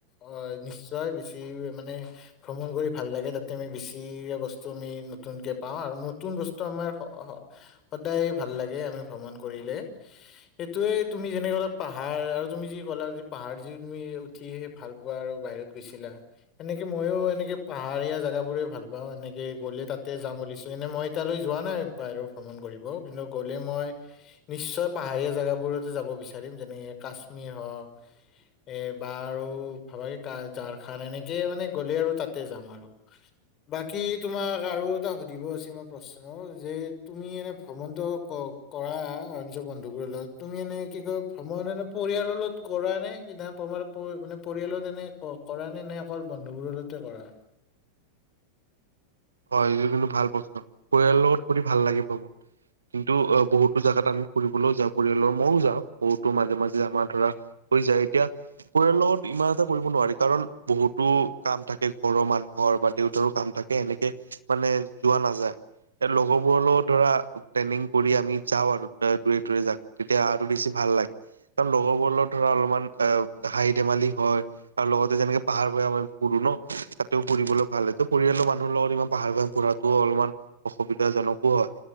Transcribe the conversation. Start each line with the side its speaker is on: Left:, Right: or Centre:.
Left: অ' নিশ্চয় বেছি মানে ভ্ৰমণ কৰি ভাল লাগে তাতে আমি বেছি বচ- টো আমি নতুনকে পাওঁ, আৰু নতুন বস্তু আমাৰ হ হ- সদায় ভাল লাগে আমি ভ্ৰমণ কৰিলে। সেইটোয়ে তুমি যেনেকে কলা পাহাৰ আৰু তুমি যি ক'লা পাহাৰ যি তুমি- উঠিয়েহে ভাল পোৱা আৰু বাহিৰত গৈছিলা। এনেকে ময়ো এনেকে পাহাৰীয়া জোগাবোৰে ভাল পাওঁ, এনে- কে গ'লে তাতে যাম বুলিছো, এনে মই তালৈ যোৱা নাই বাহিৰত ভ্ৰমণ কৰিব। কিন্তু গ'লে মই- নিশ্চয় পাহাৰীয়া জেগাবোৰতো যাব বিচাৰিম, যেনে কাশ্মীৰ হওক, - এ বা আৰু ভাবৈকা ঝাৰখান এনেকে মানে গ'লে আৰু তাতে যাম আৰু। বাকী- তোমাক আৰু এটা সুধিব আছে মই প্ৰশ্ন যে তুমি এনেই ভ্ৰমণটো কওক- কৰা অঞ্চ বন্ধুবোৰৰ লগত তুমি এনে কি কয় ভ্ৰময় এনে পৰিয়ালৰ লগত কৰা নে কি না তোমাৰ- পৰিয়ালত এনে ক কৰা নে এনে অকল বন্ধুবোৰ লগতে কৰা?
Right: হয়, এইটো কিন্তু ভাল প্ৰশ্ন পৰিয়ালৰ লগত কৰি ভাল লাগিব। কিন্তু, অ বহুতো জাগাত আমি ফুৰিবলৈও যাওঁ, পৰিয়ালৰ মইও যাওঁ বহুতো মাজে মাজে আমাৰ ধৰা- হৈ যায়, এতিয়া- পৰিয়ালত লগত ইমান এটা কৰিব নোৱাৰি, কাৰণ বহুতো কাম থাকে ঘৰৰ মানুহৰ বা দেউতাৰো- কাম থাকে এনেকে মানে যোৱা নাযায়। এ লগৰবোৰ ধৰা প্লেনিং কৰি আমি যাওঁ আৰু দূৰে দূৰে জাক- তেতিয়া আৰু বেছি ভাল লাগে, কাৰণ লগৰবোৰ লগত ধৰা অলমান এ হাঁহি ধেমালি হয়, - আৰু লগতে যেনেকে পাহাৰ ভয়ামত আমি ফুৰো ন, তাতেও ফুৰিবলৈ ভাল। এইটো পৰিয়ালৰ মানুহৰ লগত ইমান- পাহাৰ ভয়াম ফুৰাতোও অলমান অসুবিধাজনকো হয়,